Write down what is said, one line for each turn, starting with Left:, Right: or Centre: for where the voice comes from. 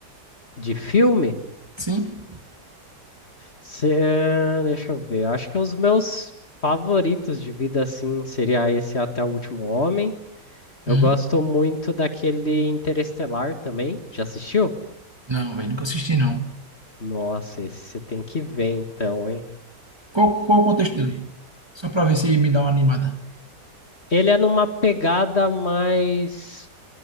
Left: De filme?
Right: Sim?
Left: Se- eh, deixa eu ver. Acho que os meus favoritos de vida, assim, seria esse Até o Último Homem. Eu
Right: Hum?
Left: gosto muito daquele Interestelar também. Já assistiu?
Right: Não, velho, nunca assisti, não.
Left: Nossa, esse você tem que ver então, hein?
Right: Qual, qual o contexto dele? Só pra ver se me dá uma animada.
Left: Ele é numa pegada mais